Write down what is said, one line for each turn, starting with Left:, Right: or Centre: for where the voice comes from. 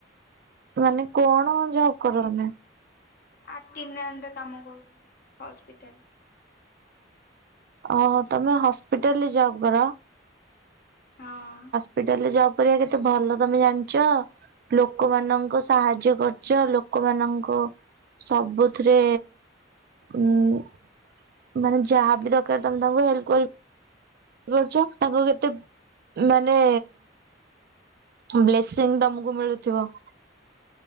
Right: ମାନେ କଣ ଜବ କର ତମେ?
Left: ଅଟିନାଣ୍ଡ କାମ କରୁ ହସ୍ପିଟାଲ ରେ।
Right: ଓହୋ ତମେ ହସ୍ପିଟାଲ ରେ ଜବ୍ କର।
Left: ହଁ।
Right: ହସ୍ପିଟାଲରେ ଜବ କରିବା କେତେ ଭଲ ତମେ ଜାଣଚ। ଲୋକମାନଙ୍କୁ ସାହାଯ୍ୟ କରଚ ଲୋକମାନଙ୍କ ସବୁଥିରେ ଉଁ। ମାନେ ଯାହା ବି ଦରକାର ତମେ ତାଙ୍କୁ ହେଲ୍ପ କ କରୁଚ ତାଙ୍କୁ କେତେ ମାନେ। ବ୍ଲେସିଂ ତମକୁ ମିଳୁଥିବ।